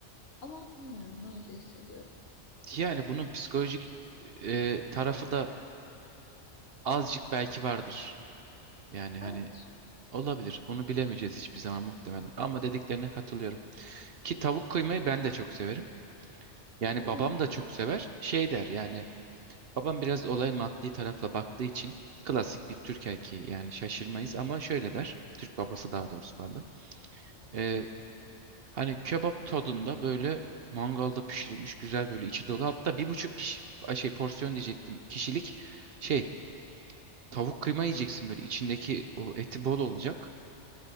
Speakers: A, on the left; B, on the right.
A: Ama bilmiyorum öyle hissediyorum.
B: Yani bunun psikolojik e, tarafı da azıcık belki vardır. Yani
A: Olabilir.
B: hani Olabilir. Bunu bilemeyeceğiz hiçbir zaman muhtemelen. Ama dediklerine katılıyorum. Ki tavuk kıymayı ben de çok severim. Yani
A: Hmm.
B: babam da çok sever. Şey der yani babam biraz olaya maddi tarafla baktığı için klasik bir Türk erkeği yani şaşırmayız
A: Hı hı.
B: ama şöyle der. Türk babası daha doğrusu pardon. Ee, hani kebap tadında böyle mangalda pişirilmiş güzel böyle içi dolu. Hatta bir buçuk kişi ay şey porsiyon diyecektim kişilik şey tavuk kıyma yiyeceksin böyle içindeki o eti bol olacak.